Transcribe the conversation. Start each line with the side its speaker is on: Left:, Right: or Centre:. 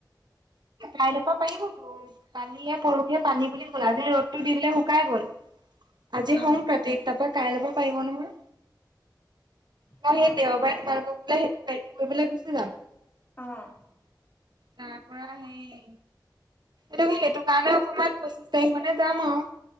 Right: কাইলৈ পা পাৰিব তো। কালীয়ে পৰখিয়ে পানী বুলি গ'ল আজি ৰ'দতটো দিলে শুকাই গ'ল। আজি
Left: উম
Right: হং কাতিক তাপা কাইলৈ ল'ব পাৰিব নহয় মই
Left: অ
Right: সেই দেওবাৰে তোমালোক বোলে সেইটো কৰিবলৈ গুচি যাম।
Left: অঁ।
Right: তাৰ পৰা সেই সেই সেইটো কাৰণে অকমান পঁচিশ তাৰিখ মানে যাম আও।